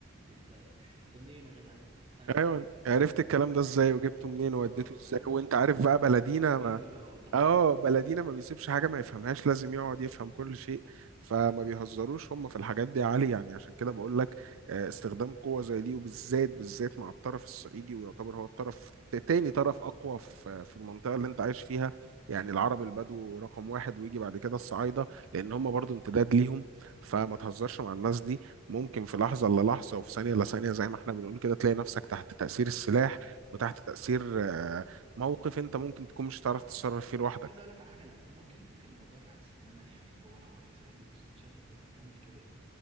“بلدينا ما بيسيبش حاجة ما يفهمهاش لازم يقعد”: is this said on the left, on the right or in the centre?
Right